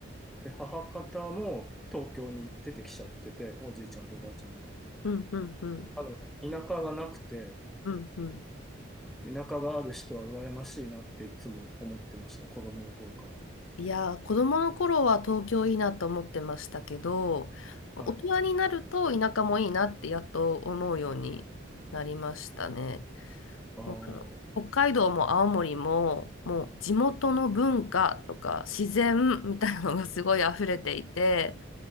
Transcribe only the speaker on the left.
うん、うん、うん、
うん、うん。
いやー、子供の頃は東京いいなと思ってましたけど、大人になると田舎もいいなってやっと思うようになりましたね。
もう北海道も青森も、もう地元の文化とか自然みたいなのがすごい溢れていて、